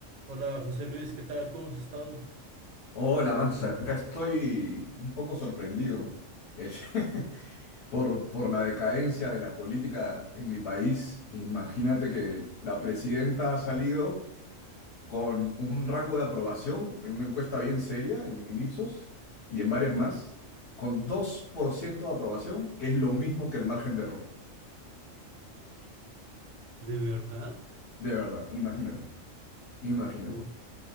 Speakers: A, on the right (about 80°); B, on the left (about 60°).
A: Hola José Luis, ¿qué tal? ¿Cómo has estado?
B: Hola, Max, acá estoy un poco sorprendido eh, <laughs> por, por la decadencia de la política en mi país. Imagínate que la presidenta ha salido con un rango de aprobación en una encuesta bien seria en, en Ipsos y en varias más, con 2% de aprobación, que es lo mismo que el margen de error.
A: ¿De verdad?
B: De verdad, imagínate, imagínate.
A: O-